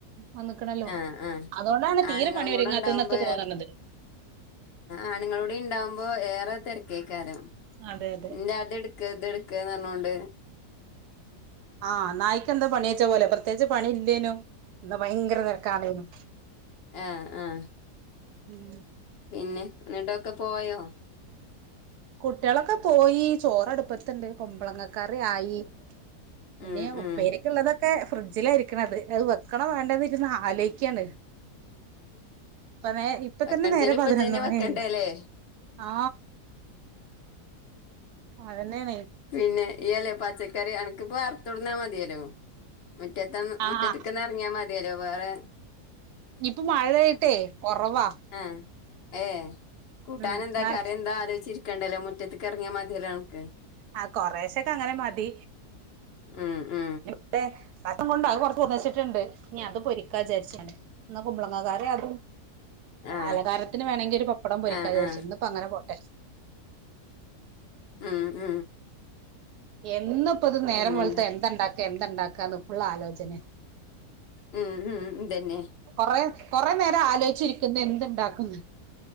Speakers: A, on the right; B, on the left.
A: വന്നക്ണല്ലോ
B: ആ ആ
A: അതുകൊണ്ടാണ് തീരെ
B: ആണുങ്ങളും
A: പണിരുങ്ങാത്തന്നൊകക്ക്
B: കൂടെ ഉണ്ടാവുമ്പോ
A: തോന്നണത്.
B: ആണുങ്ങളോടെ ഉണ്ടാവുമ്പോ ഏറെ തിരക്കേക്കാരം
A: അതെ അതെ
B: എന്റെ അത് എടു ക്ക് ഇത് ട്ക്ക് പറഞ്ഞോണ്ട്
A: ആഹ് നായ്ക്ക് എന്താ പണിച്ച പോലെ പ്രത്യേകിച്ച് പണി ഇല്ലേനും ന്ന ഭയങ്കര തെരക്കന്നേനും
B: ആഹ് ആഹ്
A: ഉം
B: പിന്നെ എന്നിട്ടൊക്കെ പോയോ.
A: കുട്ടികളൊക്കെ പോയി ചോറ്ടുപ്പത്തുണ്ട് കുമ്പളങ്ങക്കറി ആയി. പിന്നെ
B: ഉം
A: ഉപ്പേരിക്ക്ള്ളതൊക്കെ
B: ഉം
A: ഫ്രിഡ്ജിലായിരിക്ണേ അത് അത് വെക്കണ്ണോ വേണ്ടന്ന ഇരുന്ന ആലോക്കാണ്. ഇപ്പ നേ ഇപ്പ
B: വെക്കണച്ചേലും
A: തന്നെ നേരം
B: ഇപ്പൊ
A: പതിനൊന്ന്
B: ഇജ്ജന്നെ
A: മണിയി
B: വെക്കണ്ടേല്ലേ
A: ആ അതന്നെയണ.
B: പിന്നെ ഈ അല്ലേ പച്ചക്കറി അനക്കിപ്പറത്തടന്നാ മതിയല്ലോ. മുറ്റത്ത് മുറ്റത്ത്ക്ക്
A: ആഹ്
B: എറങ്ങിയാൽ മതിയല്ലോ വേറെ
A: ഇപ്പൊ മഴ ആയിട്ടെ കൊറവാ
B: ആഹ് ഏഹ് കൂട്ടാനെന്താ
A: ഉം എന്നാ
B: കറിയെന്താ ആലോചിച്ചി കണ്ടല്ലോ മുറ്റത്ത്ക്ക് അറങ്ങിയാ മതില്ലോ അണക്ക്
A: ആഹ് കൊറേശൊക്കെ അങ്ങനെ മതി.
B: മ്മ് മ്മ്
A: അല്ല പസം കൊണ്ട് കൊറച്ച് ഒന്നിച്ചിട്ടുണ്ട് ഞ്ഞ് അത് പൊരിക്കാ വിചാരിച്ചാണ് എന്നാ കുമ്പളങ്ങക്കാരി അതും..
B: ആ
A: അലങ്കാരത്തിന് വേണെങ്കിൽ ഒരു പപ്പടം പൊരിക്കാ
B: ആ
A: വിചാ
B: ആ
A: രിച്ച ഇന്ന്പ്പങ്ങനെ പോട്ടെ
B: ഉം ഉ
A: എന്നുപ്പത് നേരം
B: പിന്നെന്താ
A: വെളുത്ത എന്തണ്ടാക്ക എന്തണ്ടാക്കാന്ന് ഫുള്ളാ ലോചന.
B: ഉം ഉംതന്ന
A: കൊറെ കൊറേ നേരം ആലോചിച്ചിരിക്കുംന്നന്ത് ണ്ടാകുന്ന്.